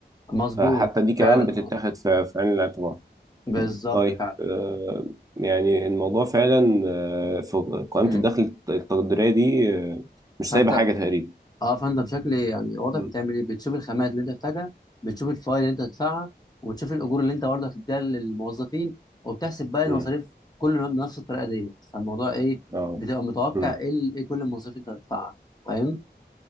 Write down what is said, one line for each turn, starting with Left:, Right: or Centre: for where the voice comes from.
Left: مظبوط
Right: فحتى دي كمان
Left: فعلا
Right: بتتاخد
Left: اه
Right: في في عين الاعتبار
Left: بالظبط
Right: طيب
Left: فعلا
Right: آه، يعني الموضوع فعلا آه، في قائمة
Left: مم.
Right: الدخل التقديرية دي آه، مش
Left: فانت
Right: سايبة حاجة تقريبا
Left: اه فانت بشكل إيه يعني واضح
Right: مم.
Left: بتعمل ايه بتشوف الخامات اللي انت محتاجها بتشوف الفوائد اللي انت هتدفعها وتشوف الاجور اللي انت برضه هتديها للموظفين وبتحسب بقى المصاريف
Right: مم.
Left: كل يوم بنفس الطريقه ديت فالموضوع ايه
Right: اه
Left: بتبقى متوقع
Right: مم.
Left: ايه ال- ايه كل المصاريف انت هتدفعها فاهم